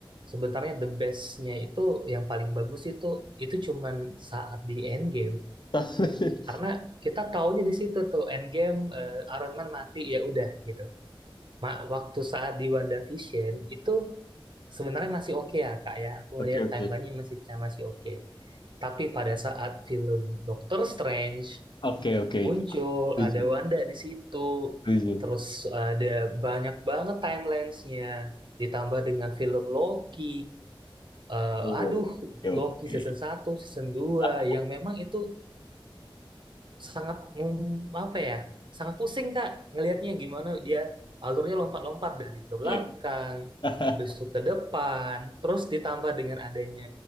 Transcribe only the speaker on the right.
Sebenarnya the bestnya itu yang paling bagus itu itu cuman saat di end game
karena kita taunya di situ tuh end game Iron Man mati ya udah gitu. Ma- waktu saat di WandaVision itu sebenarnya masih oke ya kak ya. Aku
ngelihat
timelinenya masih masih oke. Tapi pada saat film Doctor Strange
muncul
ada Wanda di situ
terus ada banyak banget timelinesnya ditambah dengan film Loki Eh,
aduh
Loki
season satu season dua
yang memang itu sangat mem- apa ya sangat pusing Kak ngelihatnya gimana dia alurnya lompat-lompat dari ke belakang
habis itu ke depan terus ditambah dengan adanya